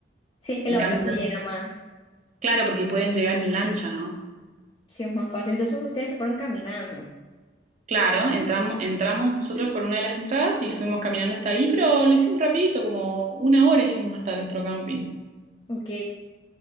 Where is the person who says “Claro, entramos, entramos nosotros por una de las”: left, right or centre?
Right